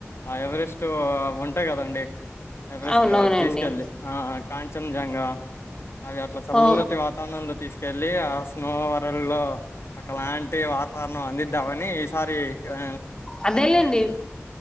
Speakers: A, on the left (about 65°); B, on the left (about 20°).
A: ఆ ఎవరెస్ట్ ఉంటాయి కదండి ఎవరెస్ట్
B: అవునవునండి
A: అటు తీసుకెళ్ళి ఆ కాంచనజంగా అవి అట్లా చల్లటి
B: ఓ
A: వాతావరణంలో తీస్ కెల్లియా స్నోవరంలో ఒకలాంటి వాతావరణం అందిద్దామని ఈసారి ఆ
B: అదేలేండి